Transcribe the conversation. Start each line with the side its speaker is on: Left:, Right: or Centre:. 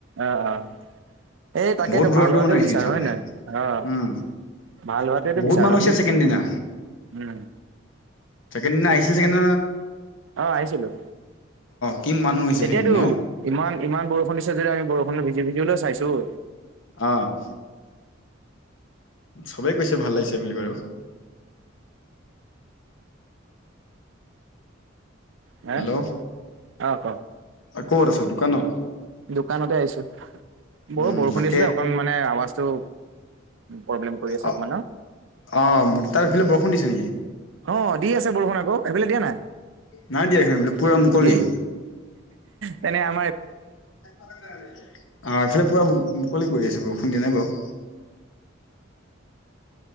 Right: অহ অহ এই তাকেতো
Left: বহুত দূৰৰ
Right: ভাল
Left: দূৰৰ
Right: হোৱাটোৱে
Left: মানুহ আহিছে
Right: বিচাৰোঁ
Left: কিন্তু চাবলৈ
Right: হয় নহয় অহ।
Left: উম
Right: ভাল হোৱাটোৱে টো
Left: বহুত
Right: বিচাৰো
Left: মানুহ হৈছে
Right: আমি
Left: ছেকেণ্ড দিনা
Right: উম।
Left: ছেকেণ্ড দিনা আহিছিলোঁ চাগে ন।
Right: অহ আহিছিলোঁ
Left: কি মানুহ হৈছে
Right: তেতিয়াতো
Left: ছেকেণ্ড দিনা
Right: ইমান ইমান বৰষুণ দিছে যদি আমি বৰষুণ। <unintelligible> চাইছোঁ।
Left: অ'। চবেই কৈছে ভাল লাগিছে বুলি বাৰু।
Right: হে
Left: হেল্ল'!
Right: অ ক
Left: ক'ত আছ? দোকানত?
Right: দোকানতে আহিছোঁ। বৰ
Left: উম
Right: বৰষুণ
Left: তাকে
Right: দিছিলে অকমান মানে আৱাজটো প্ৰব্লেম কৰি আছে
Left: অ
Right: অকমান ন'।
Left: অ', তাত এইফালে বৰষুণ দিছে নেকি?
Right: অ', দি আছে বৰষুণ আকৌ। সেইফালে দিয়া নাই?
Left: নাই দিয়া এইফালে পুৰা মুকলি
Right: এই তেনে আ
Left: অ', এইফালে পুৰা মুকলি কৰি আছে, বৰষুণ দিয়া নাই বাৰু।